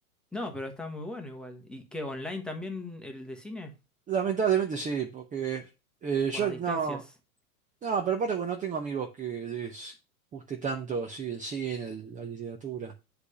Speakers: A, in the centre; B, on the right (about 15°).
A: No, pero está muy bueno igual. ¿Y qué, online también el de cine?
B: Lamentablemente sí, porque eh,
A: Por
B: yo
A: las
B: no...
A: distancias.
B: No, pero aparte porque no tengo amigos que les guste tanto así el cine, el- la literatura.